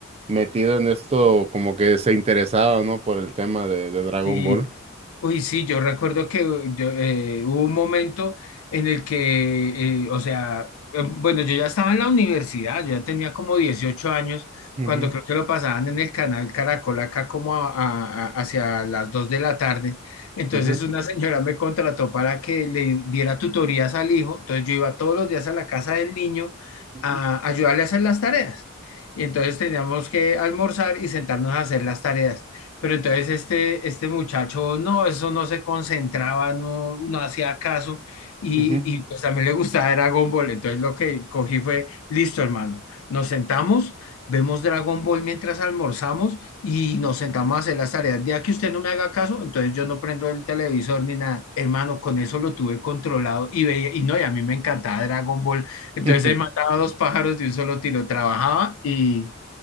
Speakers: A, on the right; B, on the left.
A: metido en esto, como que se interesaba, ¿no? Por el tema de, de Dragon
B: sí.
A: Ball.
B: Uy, sí, yo recuerdo que eh, yo, eh, hubo un momento en el que, eh, o sea, eh, bueno, yo ya estaba en la universidad, yo ya tenía como 18 años,
A: Ujú,
B: cuando creo que lo pasaban en el canal Caracol acá como a- a- a- hacia las 2 de la tarde. Entonces
A: ujú,
B: una señora me contrató para que le diera tutorías al hijo, entonces yo iba todos los días a la casa del niño
A: ujú,
B: a ayudarle a hacer las tareas. Y entonces teníamos que almorzar y sentarnos a hacer las tareas. Pero entonces este, este muchacho, no, eso no se concentraba, no, no hacía caso y,
A: ujú. ujú.
B: y pues también le gustaba Dragon Ball. Entonces lo que cogí fue, listo, hermano, nos sentamos, vemos Dragon Ball mientras almorzamos y nos sentamos a hacer las tareas. Ya que usted no me haga caso, entonces yo no prendo el televisor ni nada. Hermano, con eso lo tuve controlado y veía, y no, y a mí me encantaba Dragon Ball. Entonces
A: <laughs>
B: él mataba dos pájaros de un solo tiro, trabajaba y,